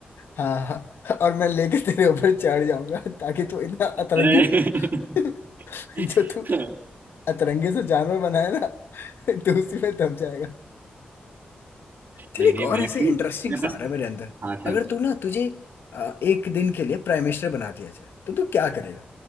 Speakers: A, on the left; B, on the right.
A: हाँ हाँ और मैं लेके तेरे ऊपर चढ़ जाऊंगा ताकि तू इतना अतरंगी
B: अरे <laughs>
A: <laughs> जो तू अतरंगे से जानवर बनाए ना तो उसी में दब जाएगा फिर
B: नहीं
A: एक
B: नहीं
A: और
B: मैं
A: ऐसे
B: क्यों
A: इंटरेस्टिंग
B: मेरे
A: सा
B: पास
A: आ रहा है मेरे अंदर
B: हाँ चल
A: अगर तू ना तुझे अ, एक दिन के लिए प्राइम मिनिस्टर बना दिया जाए तो तू क्या करेगा